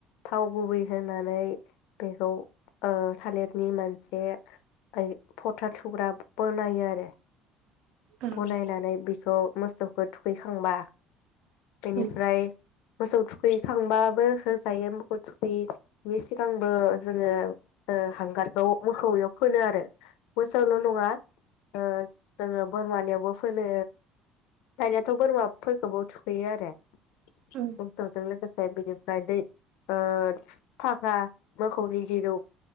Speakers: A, on the left; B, on the right.
A: थाव गुबै होनानै बेखौ ओ थालिरनि मोनसे आइ फथा थुग्रा बनायो आरो
B: औ
A: बलायनानै बि स' मोसौखौ थुखैखांबा बेनिफ्राय
B: औ
A: मोसौ थुखैखांबाबो होजायो मोखौ थुखैयिनि सिगांबो जोङो ओ हांगारखौ मोखौयाव फोनो आरो मोसौल' नङा ओज जोंङोब बोरमानियावबो फोनो दानियाथ' बोरमाफोरखौबो थुखैयो आरो‌। <unintelligible>
B: औ
A: गोसे बिनिफ्राय दै ओ फागा मोखौनि दिरुं